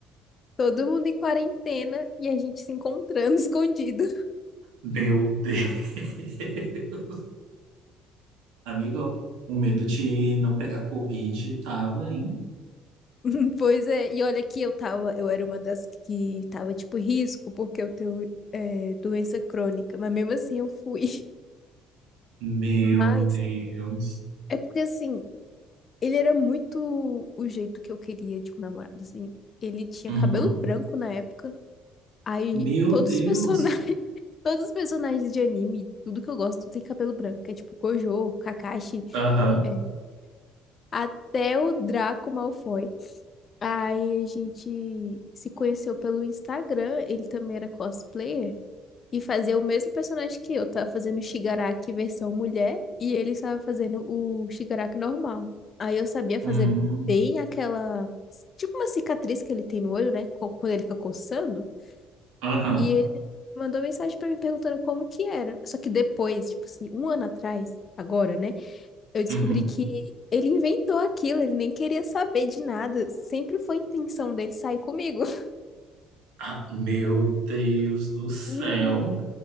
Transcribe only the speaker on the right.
Meu Deus. <laughs> Amigo, o medo de não pegar Covid tava, hein?
Meu
Deus.
Uhum.
Meu
Deus.
Aham.
Hum.
Aham.
Uhum.
Ah, meu Deus do céu.